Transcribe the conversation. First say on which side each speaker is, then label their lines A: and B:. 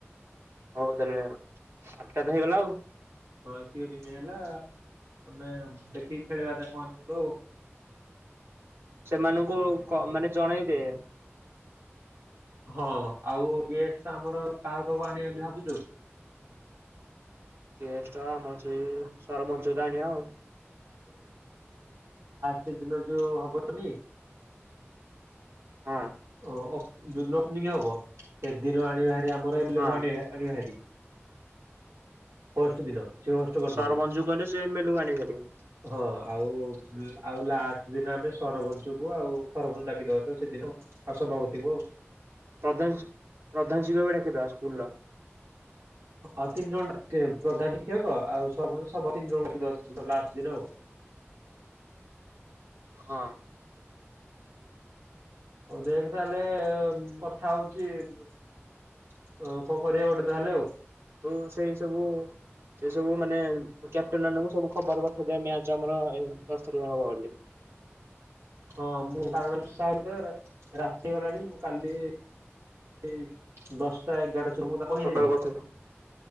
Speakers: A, on the right; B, on the right.
A: ହଉ ତାହେଲେ ଆଠଟା ତ ହେଇଗଲା ଆଉ
B: ହଁତିଉଡିମି ହେଲା ଆମେ ଦେଖି ଖେଳିବା ଦେଖ ତଉ
A: ସେମାନଙ୍କୁ ମାନେ ଜଣେଇଦିଏ
B: ହଁ ଆଉ ବିସ୍ ତ ଆମର କାହା ପାଖକୁ ଆଣିବେ ବୋଲି ଭାବୁଛୁ
A: ଗେଷ୍ଟ ଆମର ସେ ସରମଞ୍ଚ ଗଣୀ ଆଉ
B: ସେଦିନ ଯୋଉ ହବଯଦି।
A: ହଁ
B: ଓ ଯୋଉ ଦିନ ଓପନିଂଗି ହବ ସେଦିନ ଆଣିବାହାରି ଆମର ଏମେଲେକୁ
A: ହଁ
B: ଆଣିବାହାରି। ହୋଷ୍ଟ ଦିନ। ସେ ହୋଷ୍ଟ କରିଦେବେ
A: ସରପଞ୍ଚଙ୍କୁ କହିଲେ ସେ ଏମେଲେକୁ ଆଣିବେଭାରି।
B: ହଁ ଆଉ ଆଉ ଲା ଦିନ ଆମେ ସରପଞ୍ଚକୁ ଆଉ ସରପଞ୍ଚ ଡାକିଦବା ତ ସେଦିନ ଆଉ ସଭାପତିଙ୍କୁ ଆଉ।
A: ପ୍ରଧାନ ପ୍ରଧାନ ଶିକ୍ଷକ ସ୍କୁଲର।
B: ହଁ ତିନି ଜଣ ଡାକି ପ୍ରଧାନ ଶିକ୍ଷକ ଆଉ ସ ତିନି ଜଣ ଅଛନ୍ତି ଲାଷ୍ଟ ଦିନ ଆଉ।
A: <unintelligible> ହଁ।
B: ହଉ ଦେଖ ତାହେଲେ କଥା ହଉଚି। ଅଁ କଁ କରିବା ଗୋଟେ ତାହେଲେ ଆଉ।
A: ତୁ ସେଇ ସବୁ। ସେ ସବୁ ମାନେ କ୍ୟାପଟେନ ମାନଙ୍କୁ ସବୁ ଖବର ପଠେଇ ଦେବେ ମ୍ୟାଚ ଆମର ଦଶ ତାରିଖ ହବ ବୋଲି। <unintelligible>
B: ହଁ ମୁଁ କାରଣ ବର୍ଷା ହେଲେ ରାତି ହେଇଗଲାଣି ମୁଁ କାଲି ଏଇ ଦଶଟା ଏଗାରଟା ମୁଁ ତା କହିଦେବି
A: ସକାଳୁ ପଠେଇଦେ